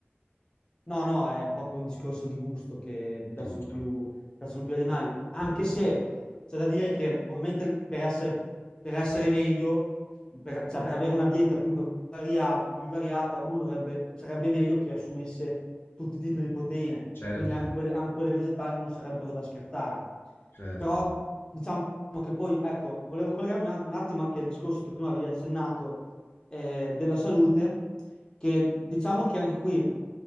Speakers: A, on the left; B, on the left.
A: No, no, è proprio un discorso di gusto che mi piacciono
B: Di gusto.
A: più, mi piacciono più gli animali, anche se c'è da dire che ovviamente per essere, per essere meglio, per, cioè per avere una dieta più varia- più variata, uno dovrebbe, sarebbe meglio che assumesse tutti i tipi di proteine,
B: Certo,
A: quindi anche, quelle- anche quelle vegetali non sarebbero da scartare.
B: certo,
A: Però diciamo che poi, ecco, volevo collegarmi un att- un attimo anche al discorso che prima avevi accennato eh, della salute, che diciamo che anche qui quindi